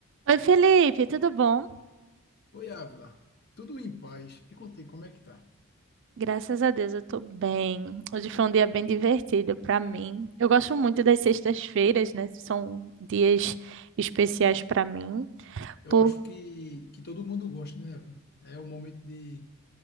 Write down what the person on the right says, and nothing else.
Oi, Felipe, tudo bom?
Graças a Deus eu tô bem. Hoje foi um dia bem divertido pra mim. Eu gosto muito das sextas-feiras, né? São dias especiais pra mim.
Por...